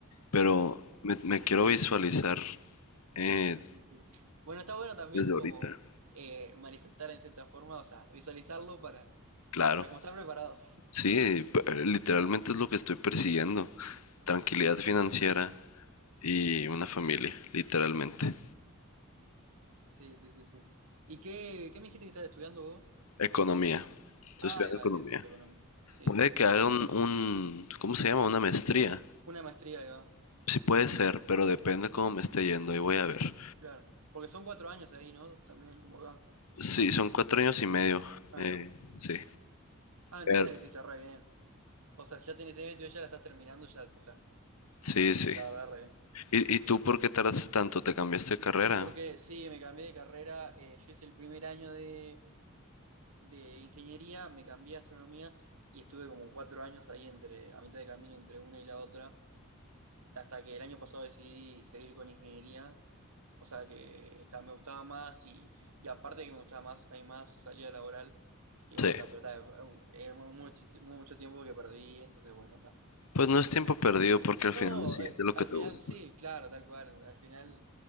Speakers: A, on the left; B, on the right.
A: pero me, me quiero visualizar eh,
B: Sí, sí, sí. Bueno, está bueno también
A: desde ahorita.
B: como eh, manifestar en cierta forma, o sea, visualizarlo para,
A: Claro.
B: para como estar preparado.
A: Sí, p- literalmente es lo que estoy persiguiendo. Tranquilidad financiera y una familia, literalmente.
B: Sí, sí, sí, sí. ¿Y qué, qué me dijiste que estás estudiando vos?
A: Economía. Estoy
B: Ah,
A: estudiando
B: ahí va,
A: economía.
B: es cierto, Colombia. Sí,
A: Puede
B: sí, sí,
A: que haga
B: sí.
A: un, un- ¿cómo se llama? Una maestría.
B: Una maestría, ahí va.
A: Sí puede ser, pero depende cómo me esté yendo. y voy a ver.
B: Claro. Porque son cuatro años ahí, ¿no? También como acá.
A: Sí, son cuatro años y medio.
B: Ahí
A: Eh,
B: va.
A: sí.
B: Ah, entonces
A: Pero-
B: le hiciste re bien. O sea, si ya tenés 22, ya la estás terminando, ya, o sea,
A: sí, sí.
B: la verdad, re bien.
A: ¿Y, y tú por qué tardaste tanto? ¿Te cambiaste de carrera?
B: Porque sí, me cambié de carrera, eh, yo hice el primer año de de ingeniería, me cambié a astronomía y estuve como cuatro años ahí entre, a mitad de camino entre una y la otra, hasta que el año pasado decidí seguir con ingeniería, o sea que ta, me gustaba más y, y aparte de que me gustaba más, hay más salida laboral y bueno,
A: Sí.
B: ta, pero ta, es mucho, mucho tiempo que perdí, entonces bueno, está.
A: Pues no es tiempo perdido porque al
B: No,
A: final decidiste
B: eh,
A: lo
B: al
A: que te
B: final
A: gusta.
B: sí, claro, tal cual. Al final